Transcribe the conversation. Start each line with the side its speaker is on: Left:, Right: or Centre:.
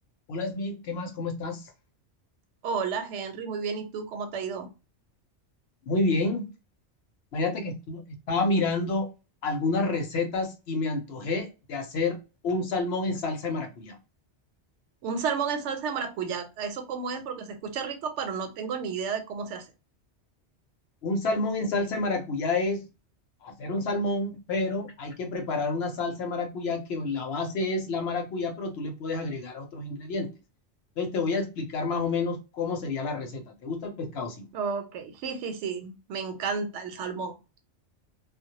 Left: Hola Smith, ¿qué más? ¿Cómo estás?
Right: Hola Henry, muy bien. ¿Y tú cómo te ha ido?
Left: Muy bien. Imagínate que estu- estaba mirando algunas recetas y me antojé de hacer un salmón en salsa de maracuyá.
Right: Un salmón en salsa de maracuyá. ¿Eso cómo es? Porque se escucha rico, pero no tengo ni idea de cómo se hace.
Left: Un salmón en salsa de maracuyá es hacer un salmón, pero hay que preparar una salsa de maracuyá que la base es la maracuyá, pero tú le puedes agregar otros ingredientes. Entonces te voy a explicar más o menos cómo sería la receta. ¿Te gusta el pescado? Sí.
Right: Ok, sí, sí, sí. Me encanta el salmón.